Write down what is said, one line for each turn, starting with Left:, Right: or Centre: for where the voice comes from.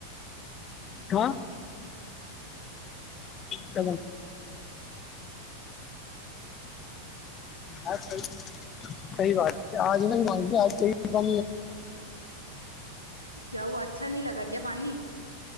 Left: ہ ک آے سی بات آج میں مانگ آج کوی دکا
Right: کیا وہ اچھا نہیں لگا کیا پانی